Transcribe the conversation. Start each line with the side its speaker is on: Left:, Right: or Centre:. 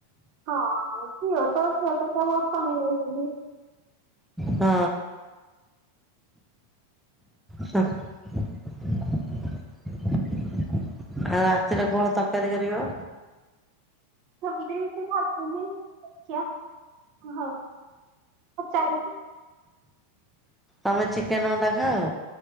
Right: ହଁ ଅ ପୁଅ ତ ପୁଅ ତ ବହୁତ କମି ଯାଇଛନ୍ତି।
Centre: ହଁ। ସେ ଆଉ ରାତିରେ କଣ ତରକାରୀ କରିବ?
Right: <unintelligible> ହଁ ହଉ। ଆଚାର।
Centre: ତମେ ଚିକେନ ଅଣ୍ଡା ଖାଅ?